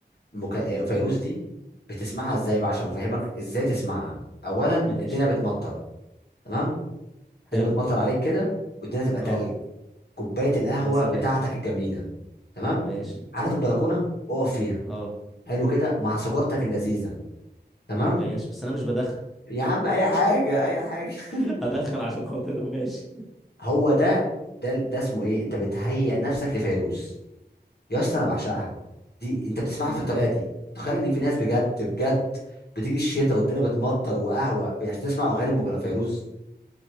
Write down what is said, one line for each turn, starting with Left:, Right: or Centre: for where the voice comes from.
Left: مك... فيروز دي بتسمعها ازاي بقى عشان افهمك ازاي تسمعها اولا
Centre: ماشي
Left: الدنيا بتمطر تمام الدنيا
Centre: حلو
Left: بتمطر عليك كده والدنيا تبقى تلج
Centre: اه
Left: كوبايه القهوه
Centre: يا سلام
Left: بتاعتك الجميله تمام
Centre: ماشي
Left: عارف البلكونه اقف فيها
Centre: اه
Left: حلو كده مع سيجارتك اللذيذه تمام
Centre: ماشي بس انا مش بدخن
Left: يا عم اي حاجه اي حاجه
Centre: <laughs>
Left: <laughs>
Centre: هدخن عشان خاطرها ماشي
Left: هو ده ده ده اسمه ايه انت بتهيئ نفسك لفيروز يا اسطى انا بعشقها دي انت بتسمعها
Centre: امم
Left: في الطريقه دي تخيل ان في ناس بجد بجد بتيجي الشتاء والدنيا بتمطر وقهوه عشان تسمع اغاني مغ- فيروز